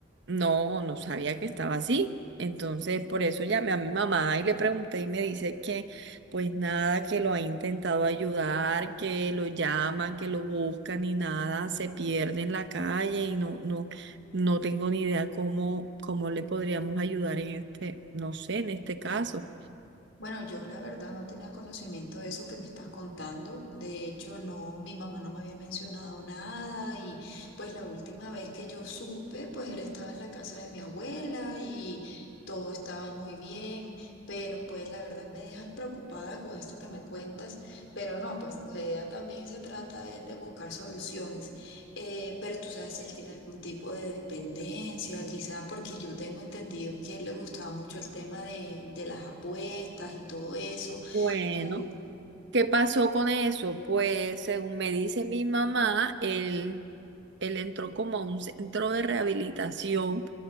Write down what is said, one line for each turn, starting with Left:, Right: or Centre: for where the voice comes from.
Right: no, no sabía que estaba así. Entonces, por eso llamé a mi mamá y le pregunté y me dice que pues nada, que lo ha intentado ayudar, que lo llaman, que lo buscan y nada, se pierde en la calle y no, no, no tengo ni idea cómo, cómo le podríamos ayudar en este, no sé, en este caso.
Left: Bueno, yo la verdad no tenía conocimiento de eso que me estás contando. De hecho, no, mi mamá no me había mencionado nada y pues la última vez que yo supe, pues él estaba en la casa de mi abuela y todo estaba muy bien, pero pues la verdad me dejas preocupada con esto que me cuentas, pero no, pues la idea también se trata es de buscar soluciones. Eh, pero tú sabes si él tiene algún tipo de dependencia, quizá porque yo tengo entendido que a él le gustaba mucho el tema de, de las apuestas y todo eso.
Right: Bueno.
Left: Tú,
Right: ¿Qué pasó con eso? Pues según me dice mi mamá, él, él entró como a un centro de rehabilitación